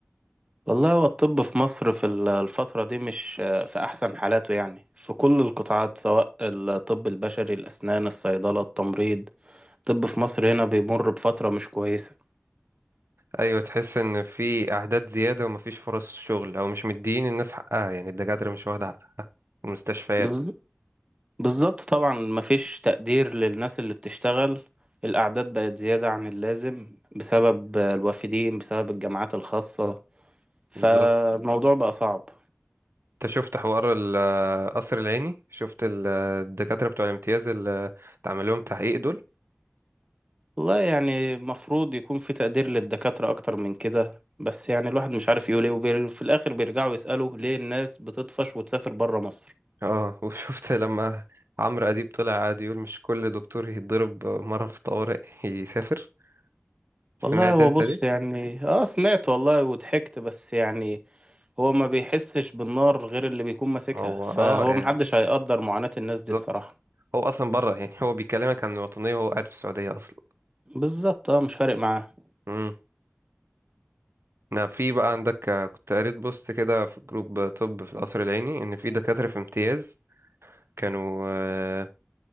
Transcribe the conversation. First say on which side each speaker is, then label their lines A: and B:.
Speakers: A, on the right; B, on the right.
A: والله هو الطب في مصر في ال- الفترة دي مش آه، في احسن حالاته يعني في كل القطاعات سواء الطب البشري الاسنان الصيدلة التمريض الطب في مصر هنا بيمر بفترة مش كويسة
B: ايوه تحس ان في اعداد زياده ومفيش فرص شغل او مش مديين الناس حقها يعني الدكاتره مش واخده حق المستشفيات
A: بز... بالظبط طبعا مفيش تقدير للناس اللي بتشتغل الاعداد بقت زيادة عن اللازم بسبب آه، الوافدين بسبب الجامعات الخاصة فالموضوع
B: بالظبط
A: بقى صعب
B: انت شفت حوار ال- القصر العيني شفت ال- الدكاتره بتوع الامتياز اللي اتعمل لهم تحقيق دول
A: والله يعني المفروض يكون في تقدير للدكاترة أكتر من كده بس يعني الواحد مش عارف يقول ايه وفي الآخر بيرجعوا يسألوا ليه الناس بتطفش وتسافر برا مصر
B: اه <laughs> وشفت لما عمرو اديب طلع قاعد يقول مش كل دكتور يتضرب مرة في طوارئ يسافر سمعت
A: والله هو
B: انت
A: بص
B: دي
A: يعني اه سمعت والله وضحكت بس يعني هو ما بيحسش بالنار غير اللي بيكون ماسكها
B: هو
A: فهو
B: اه يعني
A: محدش هيقدر معاناة الناس دي
B: بالظبط
A: الصراحة
B: هو اصلا بره يعني هو بيكلمك عن الوطنية وهو قاعد في السعودية اصلا
A: بالظبط اه مش فارق معاه
B: امم نعم في بقى عندك آه، كنت قريت بوست كده في جروب طب في القصر العيني ان في دكاترة في امتياز كانوا آه،